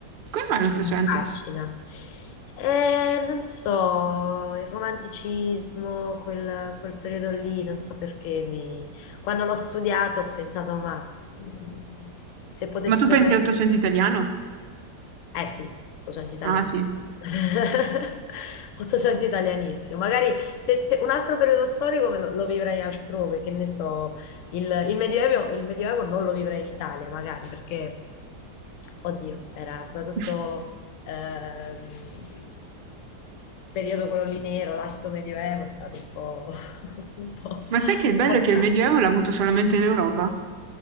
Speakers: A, on the right; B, on the left.
A: Come mai l'Ottocento?
B: mi affascina. Eh, non so, il romanticismo, quel, quel periodo lì, non so perché mi... Quando l'ho studiato ho pensato, ma mm, se potessi
A: Ma tu pensi
B: tornare...
A: all'Ottocento
B: indietro.
A: italiano?
B: Eh sì, 800 italiano.
A: Ah sì.
B: <laughs> 800 italianissimo. Magari se, se un altro periodo storico me lo, lo vivrei altrove, che ne so, il, il Medioevo, il Medioevo non lo vivrei in Italia, magari, perché, oddio, era soprattutto
A: <laughs>
B: ehm, periodo quello lì nero, l'alto Medioevo è stato un po', <laughs> un po',
A: Ma
B: un
A: sai che il bello
B: po'
A: è che
B: tragico.
A: il Medioevo l'ha avuto solamente l'Europa?